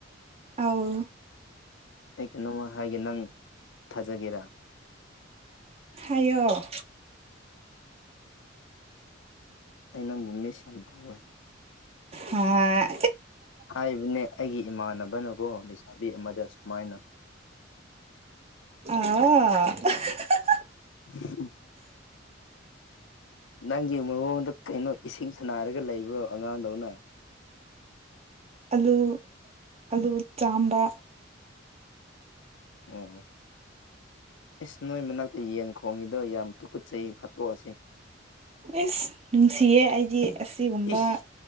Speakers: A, on the right; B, on the left.
A: ꯑꯥꯎ
B: ꯑꯩ ꯀꯩꯅꯣꯃ ꯍꯥꯏꯒꯦ ꯅꯪ ꯊꯥꯖꯒꯦꯔꯥ
A: ꯍꯥꯏꯌꯣ
B: ꯑ ꯅꯪꯕꯨ ꯃꯤꯁ ꯌꯥꯝ ꯇꯧꯋꯦ
A: ꯑ
B: ꯍꯥꯏꯕꯅꯦ ꯑꯩꯒꯤ ꯏꯃꯥꯟꯅꯕꯅꯀꯣ ꯂꯩꯁꯥꯕꯤ ꯑꯃꯗ ꯁꯨꯃꯥꯏꯅ
A: ꯎ
B: ꯎ ꯅꯪꯒꯤ ꯃꯑꯣꯣꯟꯗ ꯀꯩꯅꯣ ꯏꯁꯤꯡ ꯁꯅꯥꯔꯒ ꯂꯩꯕ꯭ꯔꯣ ꯑꯉꯥꯡꯗꯧꯅ
A: ꯑꯂꯨ ꯑꯂꯨ ꯆꯥꯝꯕ
B: ꯑꯣ ꯏꯁ ꯅꯣꯏ ꯃꯅꯥꯛꯇ ꯌꯦꯟ ꯈꯣꯡꯉꯤꯗꯣ ꯌꯥꯝ ꯇꯨꯀꯨꯠ ꯆꯍꯤ ꯍꯥꯠꯇꯣꯛꯑꯁꯤ꯫
A: ꯏꯁꯁ ꯅꯨꯡꯁꯤꯌꯦ ꯑꯩꯗꯤ ꯑꯁꯤꯒꯨꯝꯕ
B: ꯏꯁ